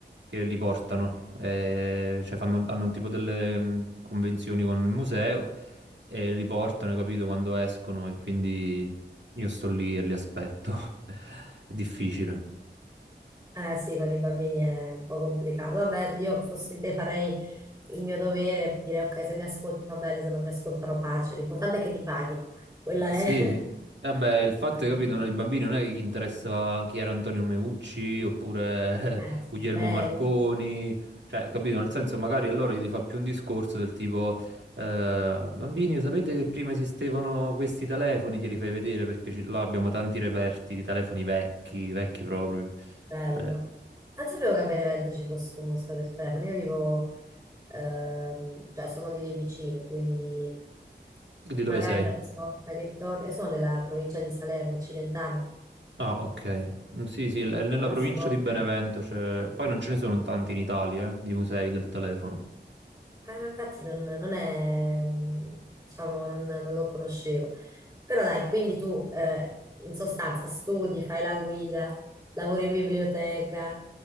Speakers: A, on the right; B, on the right.
A: che li portano, Eh, cioè fanno, hanno tipo delle mh, convenzioni con il museo e li portano, hai capito, quando escono e quindi io sto lì e li aspetto. <laughs> È difficile.
B: eh sì, con i bambini è un po' complicato. Vabbè, io fossi te farei il mio dovere, direi ok, se mi ascoltano bene, se non mi ascoltano pace. L'importante è che ti paghino. Quella è...
A: Sì, vabbè, il fatto
B: <laughs>
A: è che capito, ai bambini non è che gli interessa chi era Antonio Meucci oppure
B: Eh,
A: <laughs>
B: sì,
A: eh, Guglielmo
B: bello.
A: Marconi, cioè, capito, nel senso magari a loro gli fa più un discorso del tipo, eh, bambini, sapete che prima esistevano questi telefoni, glieli fai vedere perché ci- là abbiamo tanti reperti di telefoni vecchi, vecchi proprio.
B: Bello.
A: Eh,
B: Non sapevo che a Benevento ci fosse un museo del telefono. Io vivo, ehm, cioè sono di lì vicino, quindi
A: di
B: magari
A: dove sei?
B: la prossima volta che torno, io sono della provincia di Salerno, Cilentana,
A: Ah, ok. Mm, Sì, sì, l- nella
B: la prossima
A: provincia
B: volta.
A: di Benevento c'è... Poi non ce ne sono tanti in Italia, eh, di musei del telefono.
B: Eh, ma infatti non, non è, diciamo, non, non lo conoscevo. Però dai, quindi tu eh, in sostanza studi, fai la guida, lavori in biblioteca,